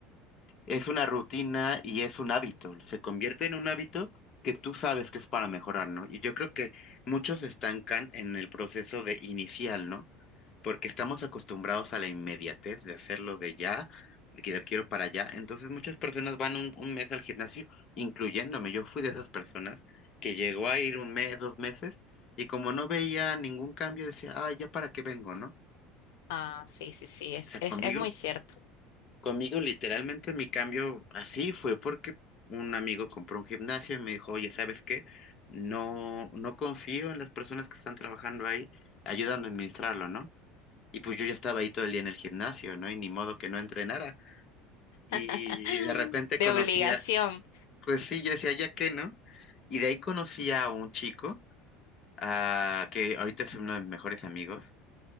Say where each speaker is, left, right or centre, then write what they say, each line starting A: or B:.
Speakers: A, on the left; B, on the left.
A: Es una rutina y es un hábito. Se convierte en un hábito que tú sabes que es para mejorar, ¿no? Y yo creo que muchos se estancan en el proceso de inicial, ¿no? Porque estamos acostumbrados a la inmediatez de hacerlo de ya, de que lo quiero para allá. Entonces muchas personas van un, un mes al gimnasio, incluyéndome. Yo fui de esas personas que llegó a ir un mes, dos meses, y como no veía ningún cambio, decía, ah, ya para qué vengo, ¿no?
B: Ah, sí, sí, sí, es,
A: O sea,
B: es,
A: conmigo
B: es muy cierto.
A: Conmigo, literalmente, mi cambio así fue porque un amigo compró un gimnasio y me dijo, oye, ¿sabes qué? No, no confío en las personas que están trabajando ahí, ayúdame a administrarlo, ¿no? Y pues yo ya estaba ahí todo el día en el gimnasio, ¿no? Y ni modo que no entrenara. Y
B: <laughs>
A: de repente
B: De
A: conocía,
B: obligación.
A: pues sí, yo decía, ¿ya qué, no? Y de ahí conocí a un chico, ah, que ahorita es uno de mis mejores amigos,